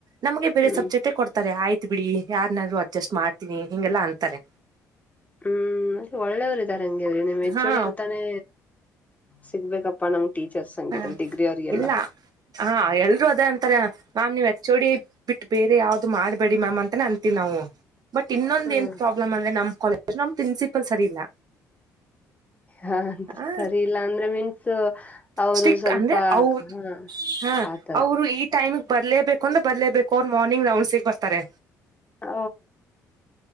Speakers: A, on the right (about 45°); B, on the left (about 15°).
A: ನಮ್ಗೆ ಬೇರೆ
B: ಹ್ಮ್
A: ಸಬ್ಜೆಕ್ಟೇ ಕೊಡ್ತಾರೆ ಆಯ್ತು ಬಿಡಿ ಯಾರನಾದ್ರು ಅಡ್ಜಸ್ಟ್ ಮಾಡ್ತೀನಿ ಹಿಂಗೆಲ್ಲ ಅಂತಾರೆ
B: ಹ್ಮ್ ಒಳ್ಳೇವ್ರ ಇದಾರೆ ಹಂಗಿದ್ರಿ ನಿಮ್ ಹೆಚ್
A: ಹಾ
B: ಒ ಡಿ ಅಂತಾನೇ ಸಿಗ್ಬೇಕಪ್ಪಾ ನಮ್ ಟೀಚರ್ಸ್ ಹಂಗಿದ್ರ
A: ಹಾ
B: ಡಿಗ್ರಿ ಅವ್ರಿಗೆಲ್ಲ
A: ಇಲ್ಲ ಹಾ ಎಲ್ರು ಅದ ಅಂತಾರೆ ಮ್ಯಾಮ್ ನೀವ್ ಹೆಚ್ ಒ ಡಿ ಬಿಟ್ಟು ಬೇರೆ ಯಾವ್ದು ಮಾಡ್ಬೇಡಿ ಮಾಮ್ ಅಂತೇ ಅಂತೀವಿ ನಾವು ಬಟ್ ಇನ್ನೊಂದ
B: ಹ್ಮ್
A: ಏನ್ ಪ್ರಾಬ್ಲಮ್ ಅಂದ್ರೆ ನಮ್ ಕಾಲೇಜ್ ನಮ್ ಪ್ರಿನ್ಸಿಪಲ್ ಸರಿ ಇಲ್ಲ
B: ಹಾ ಅಂದ್ರೆ
A: ಆ
B: ಸರಿ ಇಲ್ಲಾ ಅಂದ್ರೆ ಮೀನ್ಸ್ ಅವರು
A: ಸ್ಟಿಕ್
B: ಸ್ವಲ್ಪ
A: ಅಂದ್ರೆ <unintelligible>
B: ಹಾ ಆತರ
A: ಅವರು ಈ ಟೈಮ್ ನಿಮಗ್ ಬರ್ಲೇಬೇಕು ಅಂದ್ರ ಬರ್ಲೇಬೇಕು ಅವ್ರ ಮಾರ್ನಿಂಗ್ ರೌಂಡ್ಸಗ್ ಬರ್ತಾರೆ
B: ಓ